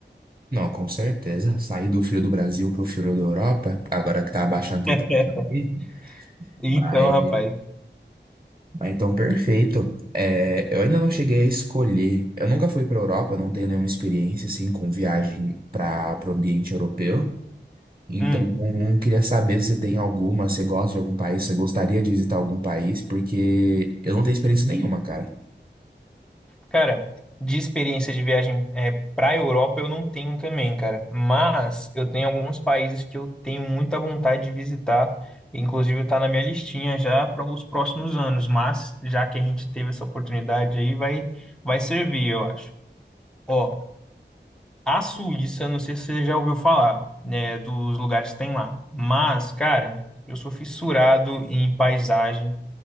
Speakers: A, on the right; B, in the centre.
A: Não, com certeza. Sair do frio do Brasil pro frio da Europa, agora que tá abaixando a temperatura
B: <laughs>
A: aqui,
B: Então,
A: Mas
B: rapaz.
A: Ah, então, perfeito. É, eu ainda não cheguei a escolher. Eu nunca fui para a Europa, não tenho nenhuma experiência assim com viagem para o ambiente europeu. Então,
B: hum,
A: eu queria saber se você tem alguma, se você gosta de algum país, se você gostaria de visitar algum país, porque eu não tenho experiência nenhuma, cara.
B: Cara, de experiência de viagem é, para Europa eu não tenho também, cara. Mas eu tenho alguns países que eu tenho muita vontade de visitar. Inclusive está na minha listinha já para os próximos anos. Mas já que a gente teve essa oportunidade aí, vai vai servir, eu acho. Ó, a Suíça, não sei se você já ouviu falar, né, dos lugares que tem lá. Mas, cara, eu sou fissurado em paisagem.